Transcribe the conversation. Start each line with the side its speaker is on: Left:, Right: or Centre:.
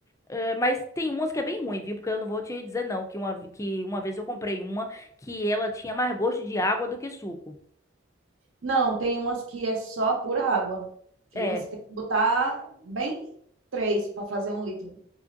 Left: É, mas tem umas que é bem ruim, viu? Porque eu não vou te dizer não, que uma, que uma vez eu comprei uma que ela tinha mais gosto de água do que suco.
Right: Não, tem umas que é só pura água, que
Left: É.
Right: você tem que botar bem três para fazer um litro,